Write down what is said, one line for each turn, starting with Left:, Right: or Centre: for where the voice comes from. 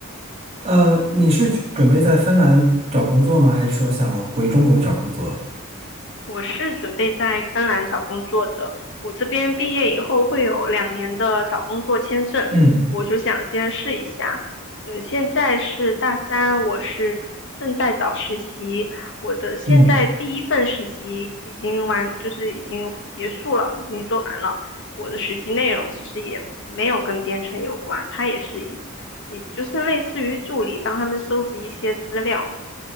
Right: 呃，你是去准备在芬兰找工作吗？还是说想回中国找工作？
Left: 我是准备在芬兰找工作的，我这边毕业以后会有两年的找工作签证，
Right: 嗯
Left: 我就想先试一下。嗯，现在是大三，我是正在找实习，我的现在第一份实习已经完，
Right: 嗯，
Left: 就是已经结束了，已经做完了。我的实习内容其实也没有跟编程有关，它也是一，也就是类似于助理，帮他们收集一些资料。